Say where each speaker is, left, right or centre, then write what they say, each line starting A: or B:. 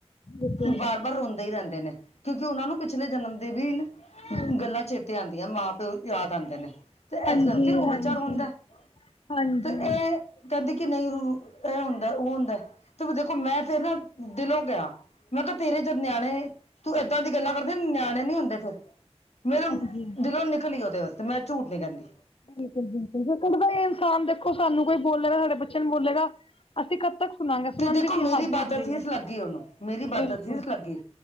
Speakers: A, on the left; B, on the left.
A: ਬਿਲਕੁਲ
B: ਬਾਰ- ਬਾਰ ਰੋਂਦੇ ਹੀ ਰਹਿੰਦੇ ਨੇ। ਕਿਉਂਕਿ ਉਹਨਾਂ ਨੂੰ ਪਿਛਲੇ ਜਨਮ ਦੀ ਵੀ
A: ਹਾਂਜੀ
B: ਗੱਲਾਂ ਚੇਤੇ ਆਉਂਦੀਆਂ। ਮਾਂ ਪਿਓ ਯਾਦ ਆਉਂਦੇ ਨੇ। ਤੇ
A: ਹਾਂਜੀ
B: ਇਸ ਕਰਕੇ ਉਹ ਬੱਚਾ
A: ਹਾਂਜੀ
B: ਰੋਂਦਾ ਹੈ
A: ਹਾਂਜੀ
B: ਅਤੇ ਇਹ ਕਹਿੰਦੀ ਕਿ ਨਹੀਂ ਇਹ ਹੁੰਦਾ ਉਹ ਹੁੰਦਾ ਤੇ ਦੇਖੋ ਮੈਂ ਫਿਰ ਨਾ ਦਿਲੋਂ ਕਿਹਾ ਮੈਂ ਤੇਰੇ ਜਦ ਨਿਆਣੇ ਤੂੰ ਇੱਦਾਂ ਦੀ ਗੱਲਾਂ ਕਰਦੇ ਨਿਆਣੇ ਨੀ ਹੁੰਦੇ ਫ ਮੇਰਾ
A: ਹਾਂਜੀ
B: ਦਿਲੋਂ ਨਿਕਲੀ ਉਹਦੇ ਵਾਸਤੇ ਮੈਂ ਝੂਠ ਨੀ ਕਹਿੰਦੀ
A: ਬਿਲਕੁਲ, ਬਿਲਕੁਲ, ਇਨਸਾਨ ਦੇਖੋ ਸਾਨੂੰ ਕੋਈ ਬੋਲੇਗਾ ਸਾਡੇ ਬੱਚੇ ਨੂੰ ਬੋਲੇਗਾ ਅਸੀਂ ਤੱਕ ਸੁਣਾਂਗੇ ਸੁਣਨ
B: ਤੇ ਦੇਖੋ
A: ਦੀ ਵੀ
B: ਮੇਰੀ
A: ਹੱਦ
B: ਬਦਤ
A: ਹੁੰਦੀ
B: ਸੀਸ
A: ਹੈ
B: ਲੱਗੀ ਓਨੂੰ ਮੇਰੀ
A: ਬਿਲਕੁਲ
B: ਬਦਤ ਸੀਸ ਲੱਗੀ।